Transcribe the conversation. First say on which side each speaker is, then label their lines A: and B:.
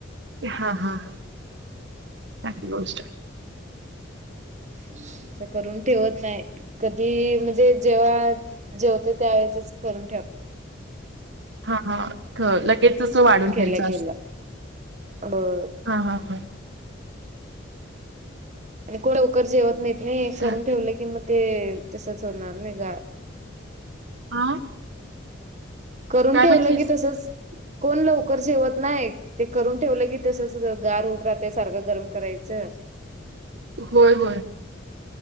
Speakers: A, on the right; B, on the right.
A: हा हा चांगली गोष्ट
B: अस करून ठेवत नाही कधी म्हणजे जेव्हा ेवते त्यावेेळेसच करून ठेव
A: हा हा ख- लगेच असं वाढून
B: केल्या
A: घ्यायचं
B: केल्या
A: अस
B: ह
A: हा हा हा
B: आणि को लवकर जेवत नाहीत नाही
A: चालतय
B: करून ठेवलं की मग ते तसंच होणार नाही गार
A: हा
B: करून
A: काय
B: ठेवलं
A: म्हटलीस
B: की तसच कोण लवकर जेवत नाही ते करून ठेवलं की तसच गार उत राहतय सारखं गरम करायचं ह
A: होय होय